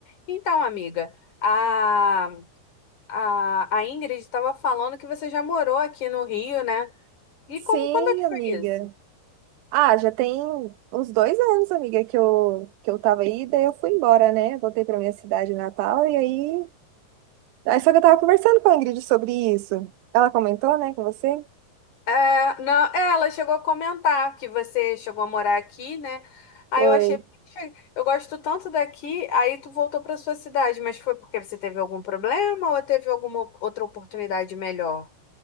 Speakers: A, on the left; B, on the right.
A: Então, amiga, a, a, a Ingrid estava falando que você já morou aqui no Rio, né? E
B: Sim,
A: como, quando é que
B: amiga.
A: foi isso?
B: Ah, já tem uns dois anos, amiga, que eu, que eu tava aí, daí eu fui embora, né? Voltei pra minha cidade natal e aí. Aí só que eu tava conversando com a Ingrid sobre isso. Ela comentou, né, com você?
A: É, não, é, ela chegou a comentar que você chegou a morar aqui, né? Aí
B: Foi.
A: eu achei, "Poxa, eu gosto tanto daqui, aí tu voltou para sua cidade, mas foi porque você teve algum problema ou teve alguma outra oportunidade melhor?